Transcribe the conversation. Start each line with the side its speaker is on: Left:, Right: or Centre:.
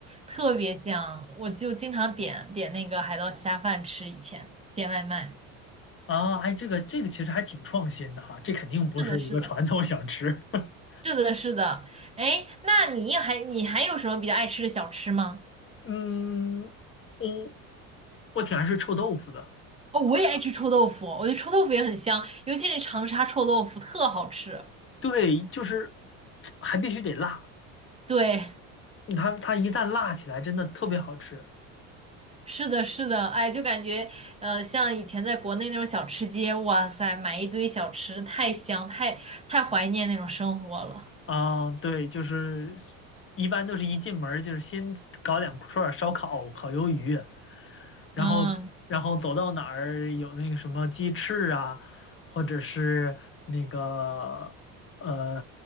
Right: 特别香。我就经常点点那个海盗虾饭吃，以前点外卖。
Left: 啊，哎，这个这个其实还挺创新的哈，这肯定不是一个传统小吃。
Right: 是的，是的。
Left: <laughs>
Right: 是的，是的。哎，那你还你还有什么比较爱吃的小吃吗？
Left: 嗯，我我挺爱吃臭豆腐的，
Right: 哦，我也爱吃臭豆腐，我觉得臭豆腐也很香，尤其是长沙臭豆腐特好吃。
Left: 对，就是还必须得辣。
Right: 对，
Left: 它它一旦辣起来，真的特别好吃
Right: 是的，是的。哎，就感觉呃，像以前在国内那种小吃街，哇塞，买一堆小吃，太香，太太怀念那种生活了。
Left: 啊！对，就是一般都是一进门儿就是先搞两串儿烧烤、烤鱿鱼，然后然后走到哪儿有那个什么鸡翅啊，
Right: 嗯，
Left: 或者是那个呃